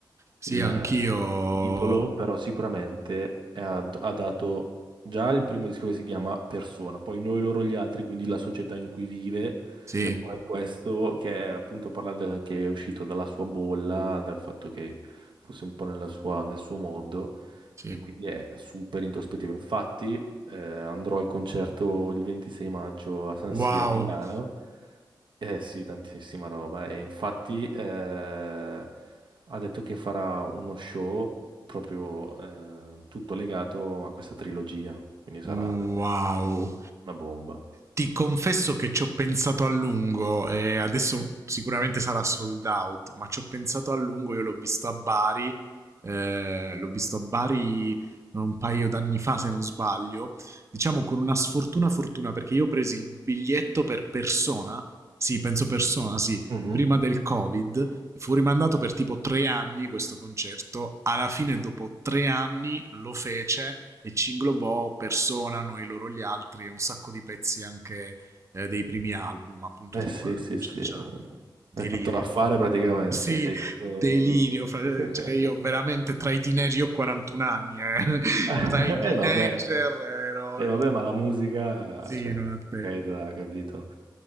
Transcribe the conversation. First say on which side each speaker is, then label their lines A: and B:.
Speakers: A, on the right (about 35°); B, on the right (about 70°).
A: sì,
B: il
A: anch'io.
B: il titolo, però sicuramente è- ha, ha dato già il primo disco che si chiama Persona, poi Noi, loro, gli altri, quindi la società in cui vive,
A: Sì,
B: e poi questo che è appunto parla del, che è uscito dalla sua bolla, dal fatto che fosse un po' nella sua- nel suo mondo,
A: sì.
B: e quindi è super introspettivo. Infatti, eh, andrò al concerto il 26 maggio a San
A: Wow,
B: Siro a Milano. Eh sì, tantissima roba. E infatti eh, ha detto che farà uno show proprio eh, tutto legato a questa trilogia. Quindi sarà
A: wow.
B: davvero una bomba.
A: Ti confesso che ci ho pensato a lungo, e adesso sicuramente sarà sold out, ma ci ho pensato a lungo, io l'ho visto a Bari, eh, l'ho visto a Bari un paio d'anni fa se non sbaglio, diciamo con una sfortuna fortuna perché io ho preso il biglietto per persona, sì penso persona, sì,
B: Mhm.
A: prima del Covid e fu rimandato per tipo tre anni questo concerto. Alla fine, dopo tre anni, lo fece e ci inglobò Persona, Noi loro gli altri e un sacco di pezzi anche eh, dei primi album, appunto
B: Eh
A: tipo
B: sì,
A: guarda,
B: sì,
A: con
B: sì.
A: Ciao Ciao, con Delirio.
B: Hai fatto un affare praticamente.
A: Sì,
B: Ti hai preso...
A: delirio, fra-
B: <laughs>
A: cioè io veramente tra i teenager, io ho 41 anni, eh. <laughs>
B: <laughs>
A: tra i teenager
B: E vabbè,
A: ero
B: Eh, vabbè,
A: il...
B: ma la musica,
A: Sì,
B: cioè,
A: non ha tempo.
B: è carità, capito?